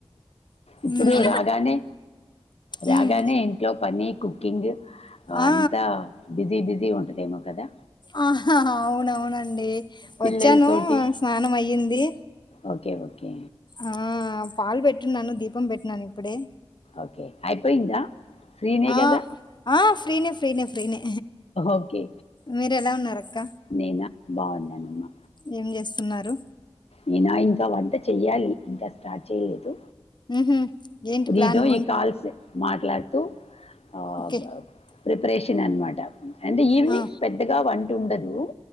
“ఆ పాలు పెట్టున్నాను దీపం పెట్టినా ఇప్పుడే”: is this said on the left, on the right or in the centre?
Left